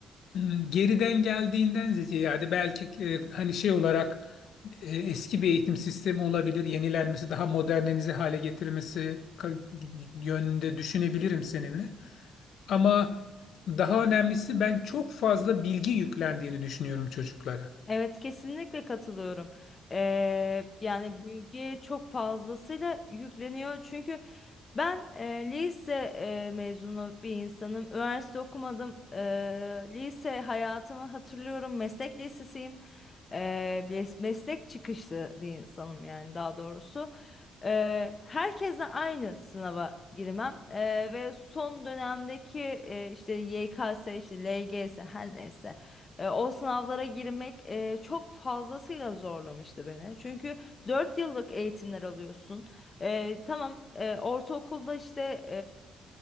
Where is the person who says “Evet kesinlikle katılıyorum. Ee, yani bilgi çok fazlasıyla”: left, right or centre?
Left